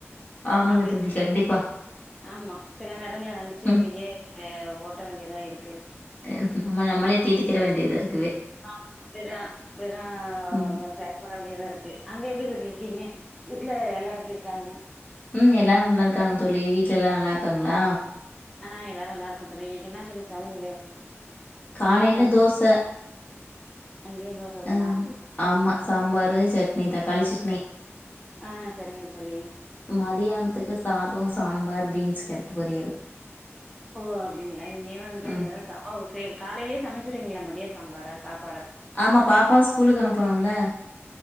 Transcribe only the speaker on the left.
ஆமாங்க
தோழி கண்டிப்பா
ம்
ஆ இது நம்ம நம்மளே தேத்திக்கிற வேண்டியதா இரு
ம்
ம் எல்லாரு நல்லா இருக்காங்க தோழி வீட்ல எல்லா நல்லா இருக்காங்ளா?
காலைல
தோச
அ ம் ஆம்மா சாம்பாரு சட் னி தக்காளி சட்னி
மதியானத்துக்கு சாதொ சாம்பார் பீன்ஸ் கேரட் பொரியல்
ம்
ஆமா பாப்பா ஸ்கூலுக்கு அனுப்பணும்ல